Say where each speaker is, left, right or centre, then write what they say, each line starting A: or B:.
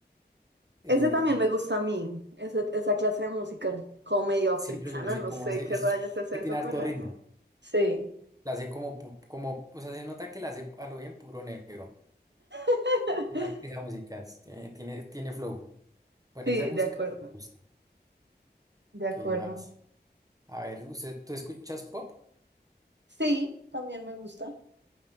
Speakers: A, on the right; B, on the right.
A: eh,
B: ese también me gusta a mí, ese- esa clase de música, como medio africana,
A: sí, pero yo no sé
B: no
A: cómo
B: sé
A: se,
B: qué
A: eso
B: rayos
A: es
B: es
A: que
B: eso,
A: tiene harto
B: pero
A: ritmo.
B: sí,
A: La hace como, pu- como, o sea, se nota que la hace a lo bien puro negro.
B: <laughs>
A: Esa, esa música es- tiene, tiene, tiene flow. Bueno,
B: sí,
A: esa música
B: de acuerdo,
A: me gusta.
B: de acuerdo.
A: ¿Qué más? A ver, ¿usted, tú escuchas pop?
B: Sí, también me gusta.